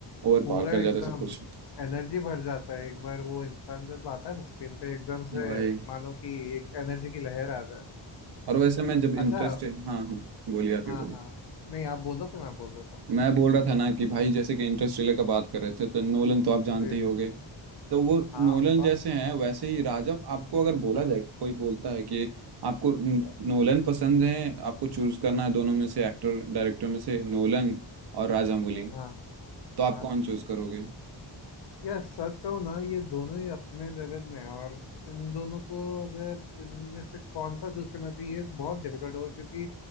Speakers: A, on the right; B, on the left.
A: और
B: पूरा
A: पार कर
B: एकदम
A: जाते सब कुछ
B: एनर्जी भर जाता है एक बार वो इंसान जब आता है ना स्क्रीन पे एकदम
A: या
B: से
A: भाई
B: मानो कि एक एनर्जी की लहर आ जाए
A: और वैसे मैं जब
B: अच्छा
A: इंटरेस्ट हाँ हाँ बोलिए आप
B: हाँ
A: ही बोलिए
B: हाँ नहीं आप बोलो फिर मैं बोल देता हूँ
A: मैं बोल रहा था ना कि भाई जैसे कि इंटरेस्टेलर का बात कर रहे थे तो नोलन तो आप जानते
B: जी
A: ही होंगे
B: जी
A: तो वो
B: हाँ
A: नोलन
B: ऑफ कोर्स
A: जैसे हैं वैसे ही राजा आपको अगर बोला जाए कोई बोलता है कि आपको न- नोलन पसंद है आपको चूज करना है दोनों में से एक्टर डायरेक्टर में से नोलन और राजामौली
B: हाँ
A: तो आप
B: हाँ
A: कौन चूज करोगे
B: यार सच कहूँ ना ये दोनों ही अपने लेवल में है और इन दोनों को अगर इनमें से कौन सा चूज करना चाहिए ये बहुत डिफिकल्ट होगा क्योंकि